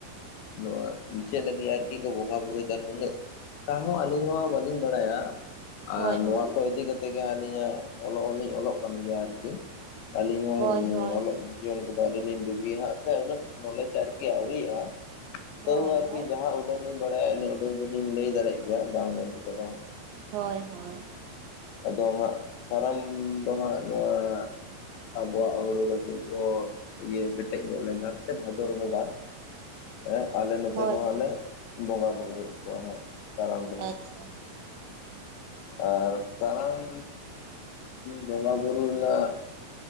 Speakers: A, on the left; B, on the right.
A: ᱱᱚᱣᱟ ᱢᱩᱪᱮᱫ ᱞᱟᱹᱜᱤᱫ ᱟᱨᱠᱤ ᱠᱚ ᱵᱚᱸᱜᱟ ᱵᱨᱩᱭᱮᱫᱟ ᱱᱩᱱᱟᱹᱜ ᱛᱟᱦᱚᱸ ᱟᱹᱞᱤᱧ ᱦᱚᱸ ᱵᱟᱹᱞᱤᱧ ᱵᱟᱲᱟᱭᱟ ᱟᱨ
B: ᱦᱳᱭ
A: ᱱᱚᱣᱟ
B: ᱦᱳᱭ
A: ᱠᱚ ᱤᱫᱤ ᱠᱟᱛᱮᱫ ᱛᱮᱜᱟ ᱟᱹᱞᱤᱧᱟᱜ ᱚᱞᱚᱜ ᱦᱚᱸᱞᱤᱧ ᱚᱞᱚᱜ ᱠᱟᱱ ᱜᱮᱭᱟ ᱟᱨᱠᱤ ᱟᱹᱞᱤᱧ ᱦᱚᱸ
B: ᱦᱳᱭ ᱦᱳᱭ
A: ᱡᱚᱱ <inaudible> ᱵᱟᱹᱜᱤ ᱥᱮ ᱟᱨ ᱜᱮ ᱦᱟᱸ ᱥᱮ ᱦ ᱱᱚᱮ ᱪᱟᱨᱠᱤ ᱟᱜᱩᱭᱮᱫᱟ
B: ᱦᱳᱭ
A: ᱛᱟᱹᱩ ᱟᱨᱠᱤ
B: ᱦᱳᱭ
A: ᱡᱟᱦᱟᱸ ᱩᱰᱟᱹᱱ ᱞᱤᱧ ᱵᱟᱲᱟᱭᱟ ᱤᱱᱟᱹ ᱩᱰᱟᱹᱟᱹᱱ ᱫᱚᱞᱤᱧ ᱞᱟᱹᱭ ᱫᱟᱲᱮᱭᱟᱜ ᱜᱮᱭᱟ ᱵᱟᱝ ᱢᱮᱱᱛᱮᱫᱚ ᱵᱟᱝ
B: ᱦᱳᱭ ᱦᱳᱭ
A: ᱟᱫᱚ ᱦᱟᱸᱜ ᱠᱟᱨᱟᱢ ᱫᱚ ᱦᱟᱸᱜ ᱱᱚᱣᱟ ᱟᱵᱚᱣᱟᱜ ᱦᱩᱲᱩ ᱜᱟᱹᱪᱷᱤ ᱠᱚ ᱤᱭᱟᱹ ᱠᱮᱴᱮᱡ ᱧᱚᱜ ᱞᱮᱱᱠᱷᱟᱱ ᱥᱮ ᱵᱷᱟᱫᱚᱨ ᱵᱚᱸᱜᱟ
B: <inaudible>
A: ᱦᱮᱸ ᱟᱞᱮ ᱱᱚᱛᱮ
B: ᱦᱳᱭ
A: ᱫᱚ
B: ᱦᱳᱭ
A: ᱦᱟᱸᱜ ᱞᱮ ᱵᱚᱸᱜᱟ ᱵᱩᱨᱩᱭᱮᱫ ᱠᱚᱣᱟ ᱦᱟᱸᱜ ᱠᱟᱨᱟᱢ ᱫᱚᱦᱟᱸ
B: ᱟᱪᱪᱷᱟ
A: ᱟᱨ ᱠᱟᱨᱟᱢ ᱵᱚᱸᱜᱟ ᱵᱩᱨᱩ ᱨᱮᱱᱟᱜ